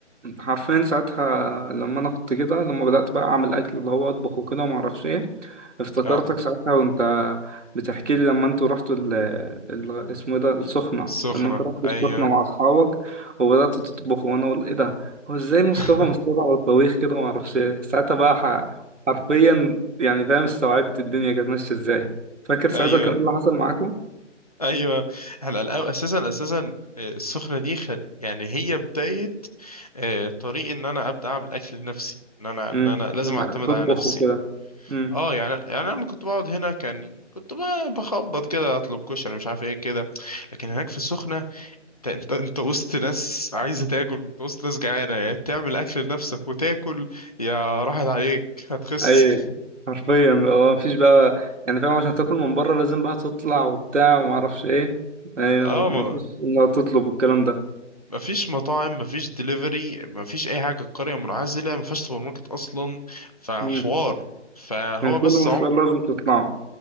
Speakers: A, on the right; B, on the left.
A: حرفيا ساعتها لما انا كنت كده لما بدأت بقى اعمل اكل اللي هو اطبخ وكده وما اعرفش ايه افتكرتك
B: اه
A: ساعتها وانت بتحكي لي لما انتوا رحتوا ال ال- اسمه إيه ده السخنة
B: السخنه
A: لما انت رحتوا
B: ايوه
A: السخنة مع اصحابك وبدأتوا تطبخوا وانا اقول ايه ده هو ازاي مصطفى
B: <laughs>
A: مستوعب على الطبيخ كده وما اعرفش ايه ساعتها بقى ح- حرفيا يعني فاهم استوعبت الدنيا كانت ماشية ازاي فاكر ساعتها
B: ايوه
A: كان ايه اللي حصل معاكم
B: ايوه احنا الأو- اساسا اساسا آه، السخنه دي خل... يعني هي بدايه آه، طريق ان انا ابدا اعمل اكل لنفسي ان انا ان
A: امم
B: انا لازم اعتمد
A: تطبخ
B: على نفسي
A: وكده امم.
B: اه يعني يعني انا لما كنت بقعد هنا كان كنت ب- بخبط كده اطلب كشري مش عارف ايه كده لكن هناك في السخنه انت انت انت وسط ناس عايزه تاكل انت وسط ناس جعانه يا تعمل اكل لنفسك وتاكل يا راحت عليك هتخس
A: اي حرفيا هو مفيش بقى يعني فاهم عشان تاكل من بره لازم بقى تطلع وبتاع وما اعرفش ايه ايوه
B: اه
A: مفيش انك تطلب والكلام ده
B: مفيش مطاعم مفيش دليفري مفيش اي حاجه القريه منعزله مفيهاش سوبر ماركت اصلا فحوار
A: امم
B: فهو
A: كان كل
B: بس
A: مشوار
B: عم
A: لازم تطلعه